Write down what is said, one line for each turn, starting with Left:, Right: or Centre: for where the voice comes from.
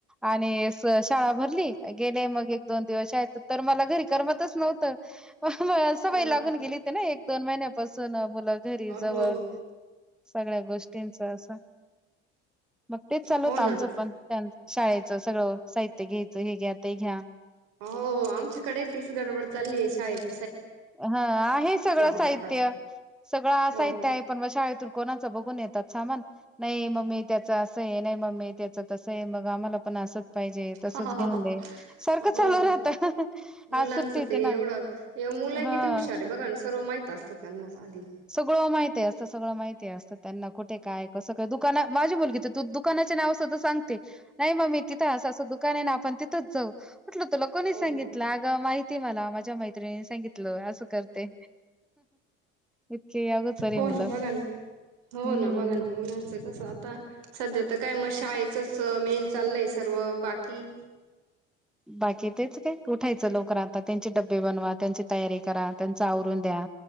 Centre: आणि अस शाळा भरली. गेले मग एक दोन दिवस शाळेत, तर मला घरी करमतच नव्हतं. सवय
Right: अ
Centre: लागून गेली होती नई एक-दोन महिन्यात. असं ना. मुलं घरी जवळ
Right: हो
Centre: सगळ्या गोष्टींचा असं. मग तेच चालू
Right: हो
Centre: होत आमचं
Right: ना
Centre: पण शाळेचं सगळं साहित्य. हो क <unintelligible> हे घ्या, ते घ्या.
Right: हो आमच्याकडे तीच गडबड चालली आहे. शाळेची.
Centre: हा आहे सगळं
Right: आवडतात
Centre: साहित्य, सगळं
Right: हो
Centre: साहित्य आहे, पण मं शाळेतून कोणाच बघून येतात सामान, नाही मम्मी त्याच असं आहे, नाही मम्मी त्याच तसं आहे, मग आम्हाला पण असंच. पाहिजे तसचं
Right: हो
Centre: घेऊन दे सारखं
Right: हो
Centre: चालू राहत आज
Right: मुलांचं
Centre: सुट्टी होती
Right: ते
Centre: ना.
Right: एवढं मुलं
Centre: हां.
Right: किती हुशार आहे बघा ना सर्व माहित असतं त्यांना आधी
Centre: सगळं माहिती असतं, सगळं माहिती असतं त्यांना कुठे काय कसं काय दुकाना माझी मुलगी त दुकानाचे नाव सुद्धा सांगते. नाही मम्मी तिथं असं असं दुकान आहे ना आपण तिथंच जाऊ ह म्हटलं तुला कोणी
Right: हो
Centre: सांगितलं
Right: हो
Centre: अगं माहिती ते मला माझ्या मैत्रिणी सांगितलं असं करते. इतकी अगोचर आहे
Right: हो
Centre: मुलं.
Right: ना बघा ना
Centre: हम्म
Right: हो ना बघा ना मुलांच कसं आता सध्या तर काय मशी शाळेचच मेन चाललंय सर्व बाकी
Centre: बाकी तेच काय उठायचं लवकर आता त्यांचे डब्बे बनवा त्यांची तयारी करा त्यांच आवरून द्या